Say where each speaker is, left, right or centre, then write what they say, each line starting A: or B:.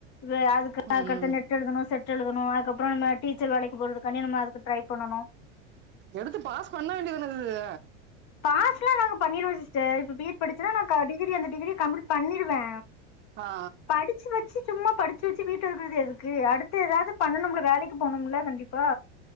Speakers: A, on the left; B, on the right.
A: வே அதுக்
B: ம்
A: அதுக்கடுத்து நெட் எழுதணு செட் டெழுதணு அதுக்கப்புற அந்த டீச்சர் வேலைக்கு போறதுக்கானி நம்ம அதுக்கு ட்ரை பண்ணணு
B: எடுத்து பாஸ் பண்ண வேண்டியதானதுது
A: பாஸ்லா நாங்க பண்ணிருவோ சிஸ்டர் இப்ப பி எட் படிச்சனா நா க டிகிரி அந்த டிகிரிய கம்ப்ளீட் பண்ணிருவே
B: ஆ
A: படிச்சு வெச்சு சும்மா படிச்சு வெச்சு வீட்ல இருக்குறது எதுக்கு அடுத்து ஏதாவது பண்ணனும்ல வேலைக்கு போனும்ல கண்டிப்பா